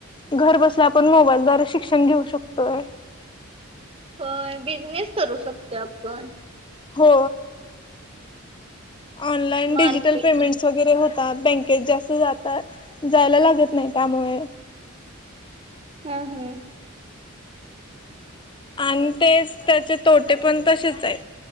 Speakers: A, on the left; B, on the right.
A: घर बसल्या आपण मोबाईलद्ारे शिकष. घेऊ शकतोय
B: होय बिझनेस करू शकतो आपण.
A: हो ऑनलान
B: मार्केटिंग.
A: डिजिटल पेमेंट् वगैरे हो. ता बँकेत जास्त जातात जायला लागत नाही त्यामुळे.
B: हम् हम्म
A: आणि तेच त्याचे तोटे पण तसेच आहेत.